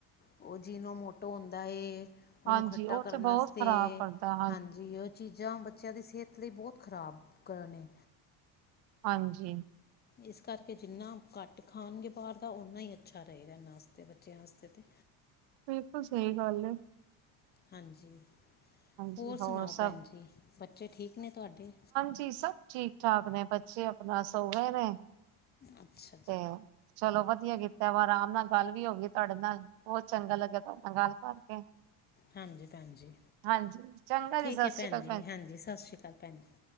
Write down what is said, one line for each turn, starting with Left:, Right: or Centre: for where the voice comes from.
Left: ਓ ਜਿਨੂੰ ਮੋਟੋ ਹੁੰਦਾ ਏ। ਓਨੂੰ
Right: ਹਾਂਜੀ
Left: ਖੱਟਾ
Right: ਉਹ
Left: ਕਰਨ
Right: ਤੇ ਬਹੁਤ
Left: ਵਾਸਤੇ
Right: ਖ਼ਰਾਬ ਕਰਦਾ
Left: ਹਾਂਜੀ, ਓਚੀਜ਼ਾਂ ਬੱਚੇਆਂ ਦੀ ਸੇਤ ਲਈ ਬੋਤ ਖ਼ਰਾਬ ਕਰਨ ਨੇ।
Right: ਹਾਂਜੀ।
Left: ਇਸ ਕਰਕੇ ਜਿੰਨਾ ਘੱਟ ਖਾਣਗੇ, ਬਾਹਰ ਦਾ ਓਨਾ ਈ ਅੱਛਾ ਰਏਗਾ, ਏਨਾਂ ਵਾਸਤੇ ਬੱਚੇਆਂ ਵਾਸਤੇ ਤੇ
Right: ਬਿਲਕੁਲ ਸਈ ਗੱਲ ਐ।
Left: ਹਾਂਜੀ,
Right: ਹਾਂਜੀ
Left: ਹੋਰ ਸੁਣਾਓ
Right: ਸਭ
Left: ਭੈਣ ਜੀ? ਬੱਚੇ ਠੀਕ ਨੇ ਤੁਆਡੇ?
Right: ਜੀ ਸਭ ਠੀਕ- ਠਾਕ ਨੇ ਬੱਚੇ ਆਪਣਾ ਸੋ ਗਏ ਨੇ
Left: ਅੱਛਾ
Right: ਤੇ
Left: ਜੀ
Right: ਚਲੋ ਵੱਧੀਆ ਕੀਤਾ ਵਾ ਆਰਾਮ ਨਾਲ ਗੱਲ ਵੀ ਹੋ ਗਈ ਤੁਆਡੇ ਨਾਲ, ਬਹੁਤ ਚੰਗਾ ਲੱਗੇਆ ਤੁਆਡੇ ਨਾਲ ਗੱਲ ਕਰਕੇ।
Left: ਹਾਂਜੀ ਭੈਣ ਜੀ,
Right: ਹਾਂਜੀ ਚੰਗਾ
Left: ਠੀਕ
Right: ਜੀ ਸਤਿ
Left: ਏ ਭੈਣ
Right: ਸ੍ਰੀ ਅਕਾਲ
Left: ਜੀ, ਹਾਂਜੀ, ਸਤਿ ਸ਼੍ਰੀ ਅਕਾਲ ਭੈਣ ਜੀ।